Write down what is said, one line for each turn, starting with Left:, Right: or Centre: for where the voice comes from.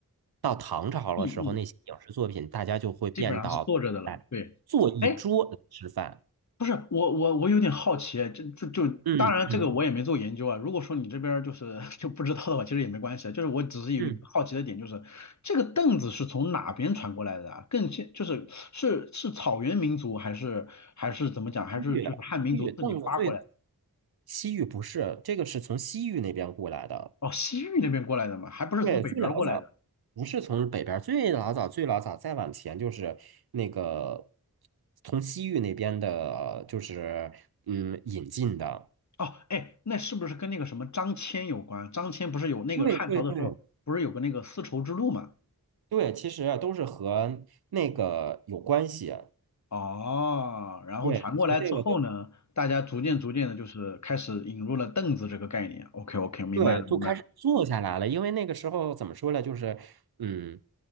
Right: 到唐朝的时候那些影视作品，
Left: 嗯嗯，
Right: 大家就会变到哎坐一桌吃饭，
Left: 基本上是坐着的了。对，哎，不是我我我有点好奇，就就就当然这个我也没做研究啊。
Right: 嗯嗯
Left: 如果说你这边儿就是 <laughs> 就不知道的话，其实也没关系啊。就是我只是有一个好奇的点，
Right: 嗯。
Left: 就是这个凳子是从哪边传过来的啊？更先就是是是草原民族还是还是怎么讲？还是就是汉民族自己发过来的？
Right: 域，西域藏的最西域不是这个是从西域那边过来的，
Left: 哦，西域那边过来的嘛，还不是从北边儿过来的？
Right: 对，最老早不是从北边最老早最老早再往前就是那个从西域那边的，就是嗯引进的，
Left: 哦，哎，那是不是跟那个什么张骞有关？张骞不是有那个汉朝的时候不是有个那个丝绸之路嘛？
Right: 对对对对，其实啊都是和那个有关系，
Left: 哦，然后传过来之后呢，
Right: 对，和这个都。
Left: 大家逐渐逐渐的，就是开始引入了凳子这个概念。OK OK，明白了明白了，
Right: 对，就开始坐下来了。因为那个时候怎么说呢，就是嗯，